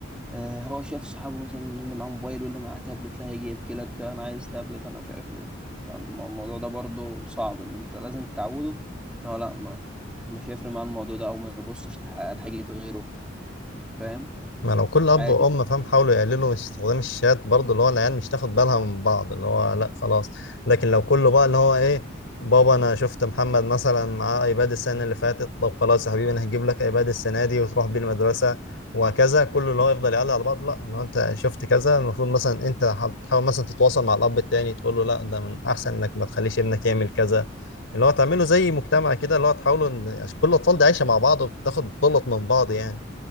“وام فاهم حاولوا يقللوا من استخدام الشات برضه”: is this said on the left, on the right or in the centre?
Left